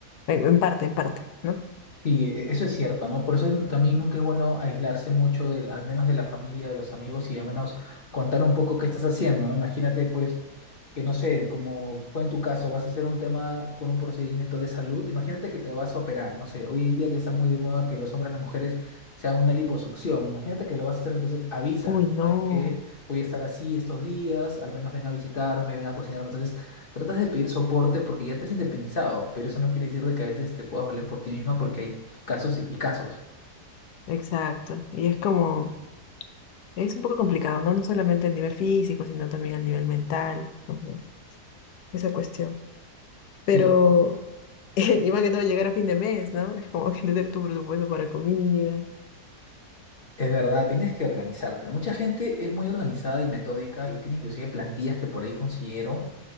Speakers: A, on the left (about 75°); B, on the left (about 40°).
A: En, en parte, en parte, ¿no?
B: Sí, e- eso es cierto, ¿no? Por eso es- también nunca es bueno aislarse mucho del, al menos de la familia, de los amigos y al menos contar un poco qué estás haciendo, ¿no? Imagínate, pues, que no sé, como fue en tu caso, vas a hacer un tema con un procedimiento de salud. Imagínate que te vas a operar, no sé, hoy en día que está muy de moda que los hombres, las mujeres se hagan una liposucción. Imagínate que lo vas a hacer, entonces avisas,
A: Uy,
B: ¿no?
A: no,
B: ¿Sabes qué? Voy a estar así estos días, al menos ven a visitarme, ven a cocinarme. Entonces Tratas de pedir soporte porque ya te has independizado, pero eso no quiere decir de que a veces te puedas valer por ti misma porque hay casos y y casos.
A: exacto. Y es como, es un poco complicado, ¿no? No solamente el nivel físico, sino también el nivel mental, entonces, esa cuestión. Pero,
B: Sí,
A: <laughs> y más que todo, llegar a fin de mes, ¿no? Es como <laughs> que tener tu presupuesto para comida.
B: es verdad, tienes que organizarte. Mucha gente es muy organizada y metódica y tiene inclusive plantillas que por ahí consiguieron